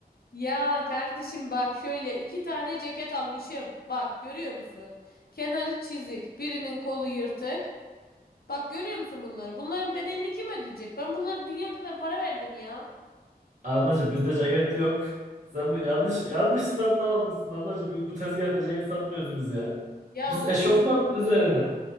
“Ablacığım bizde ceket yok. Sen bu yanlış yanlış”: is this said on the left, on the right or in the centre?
Right